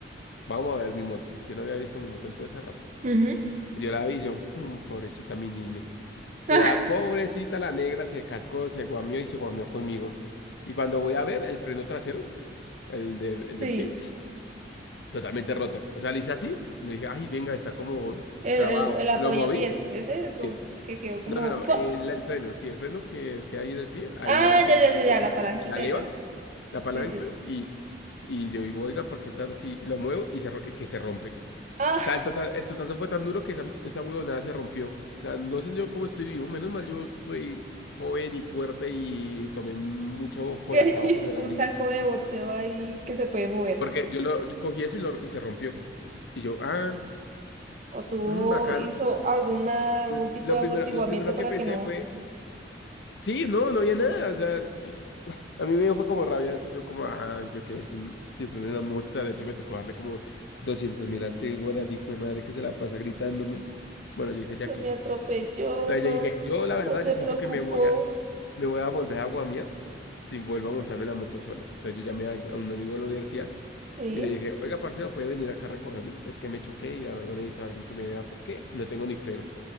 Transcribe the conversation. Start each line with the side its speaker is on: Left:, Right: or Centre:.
Left: vamos a ver mi moto. Yo no había visto mi moto en todo ese rato.
Right: Ujú. <laughs>
Left: Y yo la vi, y yo, "Mm, pobrecita mi niño.
Right: Ah,
Left: O sea, pobrecita la negra se cascó, se guamió y se guamió conmigo. Y cuando voy a ver el freno trasero, el, del- el del
Right: Sí,
Left: pie, totalmente roto. O sea, le hice así, le dije, ay, venga, está como
Right: el,
Left: trabado.
Right: el, el apoyapiés,
Left: Lo moví.
Right: ese como-
Left: Sí.
Right: que quedó como...
Left: No, no, no,
Right: ¡fua!
Left: el, el freno, sí, el freno que, que hay en el pie, ahí
Right: Ah,
Left: hay como
Right: ya,
Left: un
Right: ya, ya,
Left: botoncito,
Right: ya, la palanquita
Left: la leva,
Right: esa.
Left: la palanca,
Right: Sí, sí, sí.
Left: y, y yo digo, oiga, porque está así, lo muevo y se, ro- y que se rompe.
Right: Ah,
Left: O sea, el, tota- el totazo fue tan duro que esa, esa huevonada se rompió. O sea, no sé yo cómo estoy vivo, menos mal yo soy joven y fuerte y tomé mucho colacao
Right: <laughs> que
Left: cuando era
Right: un
Left: niño.
Right: saco de boxeo ahí que se puede mover.
Left: Porque yo lo yo cogí eso y, lo, y se rompió. Y yo, ah,
Right: O tuvo,
Left: mm, bacano.
Right: hizo alguna, algún
Left: L-
Right: tipo
Left: Lo
Right: de
Left: primero,
Right: amortiguamiento
Left: lo primero
Right: para
Left: que pensé
Right: que no
Left: fue, sí, no, no había nada. O sea, yo, A mí me dio fue como rabia eso, yo como, ay, me quedé sin, sin freno en la motita, de hecho me tocó darle como 200 mil a este guaraní, hijo de madre, que se la pasa gritándome. Bueno, yo dije, ¿ya
Right: que
Left: qué?
Right: me atropelló,
Left: Entonces
Right: no,
Left: yo dije, yo la verdad,
Right: no se
Left: yo siento
Right: preocupó,
Left: que me voy a, me voy a volver a guamear si vuelvo a montarme la moto solo. Entonces yo llamé a, a un amigo de la universidad
Right: ¿sí?
Left: y le dije, oiga, parcero, ¿puede venir acá a recogerme? Es que me choqué y la verdad necesito a alguien que me vea porque no tengo ni freno.